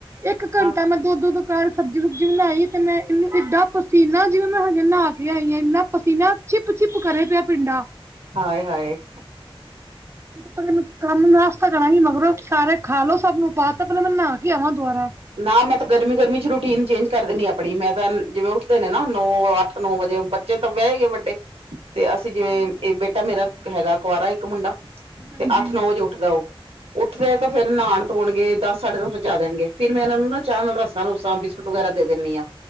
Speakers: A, on the right; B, on the right.
A: ਇੱਕ ਘੰਟਾ
B: ਹਾਂ
A: ਮ ਦੋ-ਦੋ ਦੋਪੈਹਰ ਸਬਜ਼ੀ ਸੁਬਜ਼ੀ ਬਣਾਈ ਤੇ ਮੈਂ ਇਹਨੂੰ ਏਡਾਂ ਪਸੀਨਾ ਜਿਵੇਂ ਮੈਂ ਹਜੇ ਨਹਾ ਕੇ ਆਈਾਂ ਆਂ ਇਨਾ ਪਸੀਨਾ ਚਿੱਪ-ਚਿੱਪ ਕਰੇ ਪਿਆ ਪਿੰਡਾਂ
B: ਹਾਏ-ਹਾਏ
A: ਪ ਮੈਂ ਕੰਮ ਨਾਸਤਾ ਕਰਾਂਗੀ ਮਗਰੋਂ ਸਾਰੇ ਖਾ ਲੋੋ ਸਭ ਨੂੰ ਪਾਤਾ ਪਹਿਲੇ ਮੈਂ ਨਹਾ ਕੇ ਆਵਾਂ ਦੁਬਾਰਾ
B: ਨਾ ਮੈਂ ਤਾਂ ਗਰਮੀ-ਗਰਮੀ ਚ ਰੂਟੀਨ ਚੇਂਜ ਕਰ ਦਿੰਣੀ ਆਪਣੀ ਮੈਂ ਤਾਂ ਜਿਵੇਂ ਉੱਠਦੇ ਨੇ ਨਾ ਨੌ ਅੱਠ ਨੌ ਵਜੇ ਬੱਚੇ ਤਾਂ ਵਿਆਹੇ ਗਏ ਵੱਡੇ ਤੇ ਅਸੀਂ ਜਿਵੇਂ
A: ਹਾਂਜੀ
B: ਇਹ ਬੇਟਾ ਮੇਰਾ ਹੈਗਾ ਕੁਆਰਾ ਇੱਕ ਮੁੰਡਾ
A: ਹਾਂਜੀ
B: ਤੇ ਅੱਠ ਨੌ ਵਜ ਓਠ ਉੱਠਦਾ ਉਹ ਉੱਠਦੇ ਤਾਂ ਫੇਰ ਨਾਣ ਧੋਣਗੇ ਦਸ ਸਾਢੇ ਦਸ ਵਜਾ ਦੇਣਗੇ ਫੇਿਰ ਮੈਂ ਇਹਨਾਂ ਨੂੰ ਨਾ ਚਾਹ ਨਾਲ ਰਸਾਂ ਰੂਸਾਂ ਬਿਸਕੁਟ ਵਗੈਰਾ ਦੇ ਦਿੰਦੀ ਹਾਂ